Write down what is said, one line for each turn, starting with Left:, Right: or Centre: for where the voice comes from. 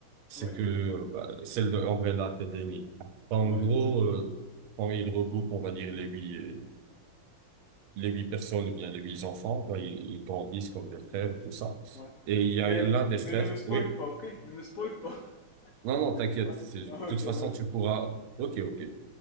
Right: c'est
Left: ouais,
Right: que euh, bah, celle de Umbrella Academy. Bah, en
Left: ouais,
Right: gros,
Left: ouais,
Right: euh, quand ils regroupent, on va dire, les huit, les huit personnes, ou bien les huit enfants, ben, ils, ils grandissent comme
Left: ouais.
Right: des frères, tout ça.
Left: ouais.
Right: Et il y
Left: Mais,
Right: a l'un des frères,
Left: mais ne me spoil
Right: oui.
Left: pas, ok? Ne me spoil pas.
Right: Non, non, t'inquiète.
Left: <laughs> Ok,
Right: c'est- De toute façon,
Left: vas-y.
Right: tu pourras. Ok, ok.